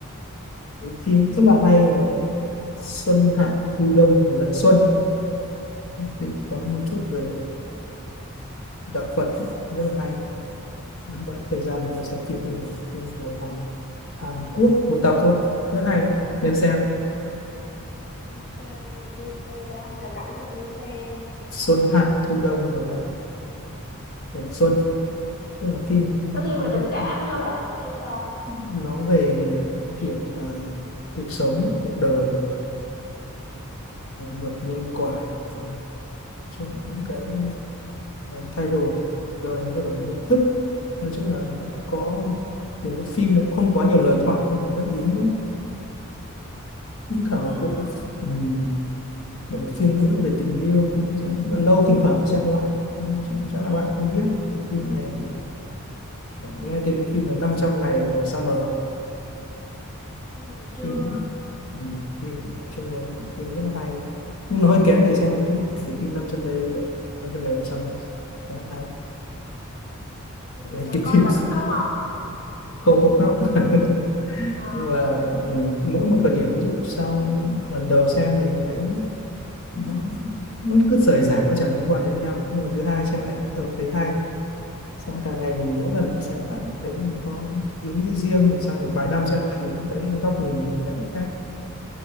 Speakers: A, on the left; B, on the left.
A: một phim rất là hay và xuân hạ thu đông rồi lại xuân Tịnh có một chút về, đạo Phật rất là hay những bạn thời gian nó còn xem phim cái này của Hàn, Hàn Quốc một tập thôi rất hay đấy nên xem
B: Ok, mình chưa xem để hôm nào rảnh mình sẽ xem.
A: xuân hạ thu đông rồi lại, rồi lại xuân tức là phim
B: nó thiên
A: nói
B: về
A: về
B: tình cảm hả bạn hay sao
A: nó về ờ, kiểu là cuộc sống cuộc đời luật nhân quả rồi chuyện những cái em thay đổi đời thay đổi cái nhận thức nói chung là nó có một cái phim nó không quá nhiều lời thoại nhưng mà rất ý nghĩa những cả
B: à,
A: một bộ ừm, một bộ phim nữa về tình yêu cũng là lâu thỉnh thoảng xem lại Ừ, chắc là bạn không biết cái phim này thì bạn nghe tên cái phim là năm trăm ngày của Summer
B: ừ, chưa
A: phim ừm, phim nói chung là phim rất là hay nhưng nó hơi kén để xem một chút cái phim 500 đây 500 ngày của Summer rất hay
B: ừ,
A: đấy
B: bạn
A: cái
B: coi
A: phim
B: bạn có khóc không
A: không không khóc <laughs>
B: à,
A: nhưng mà ừ, mỗi một thời điểm ví dụ sau lần đầu xem thì thấy nó nó cứ rời rạc nó chẳng liên quan đến nhau nhưng lần thứ hai xem lại tôi thấy hay xong càng ngày mình mỗi lần xem lại thấy nó có ý nghĩa riêng rồi sau một vài năm xem lại mình cũng thấy góc nhìn mình nhận được khác